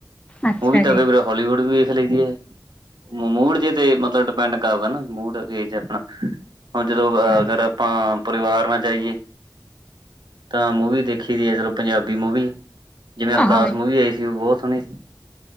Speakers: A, on the left; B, on the right.
A: ਅੱਛਾ
B: ਮੂਵੀ ਤਾਂ
A: ਜੀ
B: ਕਈ ਵਾਰ ਹਾਲਲੀਵੁੱਡ ਵੀ ਦੇਖ ਲਈ ਦੀ ਹੈ ਮੂ ਮੂਡ ਜੇ ਤੇ ਮਤਲਬ ਡਿਪੈਂਡ ਕਰਦਾ ਨਾ ਮੂਡ ਜੇ ਜੇ ਆਪਣਾ ਹੁਣ ਜਦੋਂ
A: ਹਾਂ
B: ਅਗਰ ਆਪਾਂ ਪਰਿਵਾਰ ਨਾ ਜਾਈਏ ਤਾਂ ਮੂਵੀ ਦੇਖ ਖੀ ਦੀ ਏ ਜਦੋਂ ਪੰਜਾਬੀ ਮੂਵੀ ਜਿਵੇਂ ਅਰਦਾਸ
A: ਹਾਂ
B: ਮੂਵੀ ਆਈ ਸੀ ਉਹ ਬਹੁਤ ਸੋਹਣੀ ਸੀ